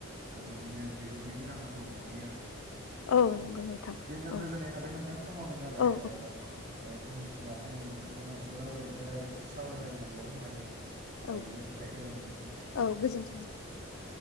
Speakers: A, on the right (about 40°); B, on the left (about 75°).
A: ओ बिदिनो बिगुरनि बेरामफोरखौ नुखायो आरो
B: औ नंगौ नोंथां
A: दे होनबा
B: औ
A: गोजोननाय थाबाय नोंथां समाबो जाबाय
B: औ
A: ओ ओ उननि समावहाय नोंथांजों एसे ‌रायलाय राय सावरायलायनो मोनबावगोन होननानै
B: औ
A: मिजिंथिबाय गोजोन्थों दे।
B: औ गोजोन्थों।
A: दे।